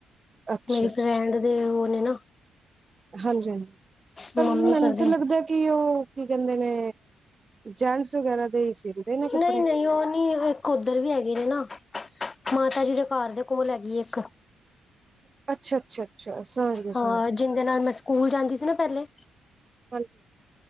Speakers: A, on the right; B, on the left.
A: ਅੱਛਾ
B: ਮੇਰੀ ਫਰੈਂਡ ਦੇ ਉਹ ਨੇ ਨਾ।
A: ਹਾਂਜੀ-ਹਾਂਜੀ, ਪਰ
B: ਮੰਮੀ
A: ਮੈਨੂੰ
B: ਕਰਦੇ
A: ਤੇ ਲੱਗਦਾ
B: ਨੇ।
A: ਕਿ ਉਹ ਕੀ ਕਹਿੰਦੇ ਨੇ। ਜੈਂਟਸ ਵਗੈਰਾ ਦੇ ਹੀ ਸੀਦੇ ਨੇ ਕੱਪੜੇ
B: ਨਹੀਂ-ਨਹੀਂ, ਉਹ ਨਹੀ ਇੱਕ ਉੱਧਰ ਵੀ ਹੈਗੀ ਹੈਨਾ। ਮਾਤਾ ਜੀ ਦੇ ਘਰ ਦੇ ਕੋਲ ਹੈਗੀ ਏ ਇੱਕ।
A: ਅੱਛਾ-ਅੱਛਾ-ਅੱਛਾ ਸਮਜ ਗਈ, ਸਮਜ
B: ਹਾਂ
A: ਗਈ।
B: ਜਿੰਦੇ ਨਾਲ ਮੈਂ ਸਕੂਲ ਜਾਂਦੀ ਸੀ ਨਾ ਪਹਿਲੇ।
A: ਹਾਂਜੀ